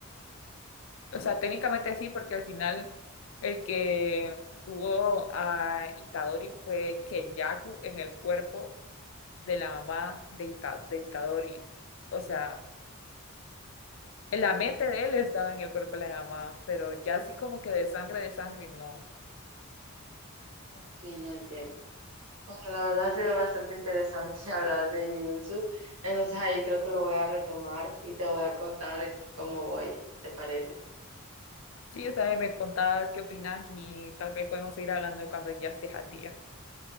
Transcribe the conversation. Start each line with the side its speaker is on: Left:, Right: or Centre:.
Left: O sea, técnicamente sí, porque al final el que tuvo a Itadori fue Kenyaku en el cuerpo de la mamá de, Ita- de Itadori. O sea, en la mente de él estaba en el cuerpo de la mamá, pero ya así como que de sangre, de sangre, no.
Right: Ok, ya entiendo. Bueno, la verdad ha sido bastante interesante <laughs> hablar de Jujutsu, entonces ahí creo que lo voy a retomar y te voy a contar cómo voy, ¿te parece?
Left: Sí, también me contabas qué opinas y tal vez podemos seguir hablando cuando ya estés al día.